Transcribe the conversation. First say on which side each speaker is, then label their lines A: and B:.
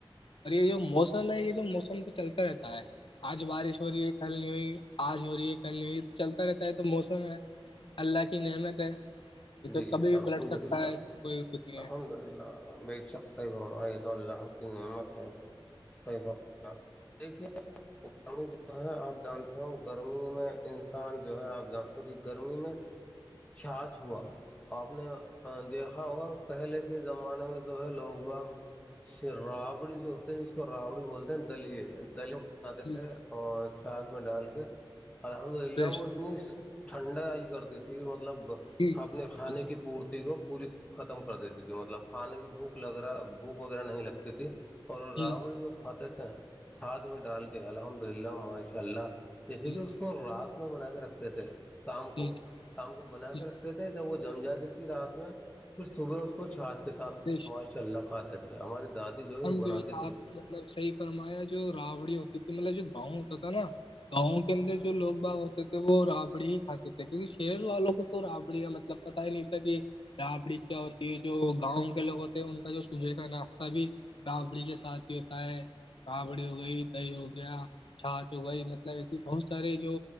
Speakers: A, on the left; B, on the left.
A: اور یہ جو موسم ہے یہ جو موسم تو چلتا رہتا ہے آج بارش ہو رہی ہے کل نہیں ہوئی آج ہو رہی ہے کل نہیں ہوئی چلتا رہتا ہے تو موسم ہے اللہ کی نعمیت ہے یہ تو
B: جی
A: کبھی بھی
B: الحمد
A: پلٹ سکتا
B: للہ
A: ہے اس کوئی کچھ نہیں ہے
B: الحمد للہ بے شک خیف رما یہ تو اللہ کی نعمت ہے صیف دیکھیے گر جو ہے آپ جانتے ہو گرمی میں انسان جو ہے آپ جانتے ہو کہ گرمی میں چچھ ہوا آپ نے دیکھا ہوگا پہلے کے زمانے میں جو ہے لوگ بھگ رابڑی جو ہوتے ہیں جس کو رابڑی بولتے ہیں دلیے دلی بناتے
A: جی
B: تھے اور چھااک میں ڈال کے الحمد للہ
A: بے شک
B: وہ اتنی ٹھنڈا آئی کرتی تھی مطلب اپ
A: جی
B: اپنے کھانے
A: جی
B: کی پورتی کو پوری ختم کر دیتی تھی مطلب کھانے کی بھوک لگ رہا بھوک وغیرہ نہیں لگتی تھی اور
A: جی
B: رابڑی جو کھاتے تھ ہیں چھاچ میں ڈال کے الحمد للہ ماشاء اللہ جیسے
A: جی
B: کہ اس کو رات اس میں بنا کے رکھتے تھے شام کو
A: جی
B: شام کو بنا
A: جی
B: کے رکھتے تھے جب وہ جم جاتی تھی رات میں پھر صبح اس کو چھا اس کے ساتھ
A: بے شک
B: معاشرے اللہ کھاتے تھے ہماری دادی جو ہے وہ
A: الحمد
B: بناتی
A: للہ
B: تھی
A: آپ مطلب صحیح فرمایا جو راوڑی ہوتی تھی مطلب جو گاؤں ہوتا تھا نا گاؤں کے اندر جو لوگ باغ ہوتے تھے وہ رابڑی ہی کھاتے تھے کیونکہ شہر والوں کو تو رڑ کپڑی کا مطلب پتا ہی نہیں تھا کہ رابڑی کیا ہوتی ہے جو گاؤں کے لوگ ہوتے ہیں ان کا جو سجے کا ناشتہ بھی رابڑی کے ساتھ ہی ہوتا ہے رابڑی ہو گئی دہی ہو گیا چاچ ہو گئی مطلب ایسے بہت سارے جو